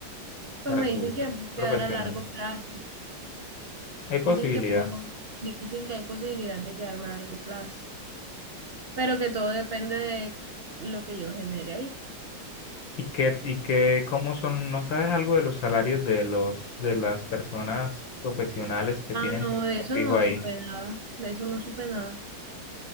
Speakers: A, on the right; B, on the left.
A: Pues
B: para
A: me
B: tu
A: dicen que
B: perfil
A: me puedo quedar
B: profesional?
A: a largo plazo,
B: Hay posibilidad.
A: dicen que puedo, dicen que hay posibilidad de quedarme a largo plazo, pero que todo depende de lo que yo genere ahí.
B: ¿Y qué, y qué, cómo son, no sabes algo de los salarios de los, de las personas profesionales que
A: Ah,
B: tienen
A: no,
B: trabajo
A: de eso
B: fijo
A: no
B: ahí?
A: supe nada, de eso no supe nada.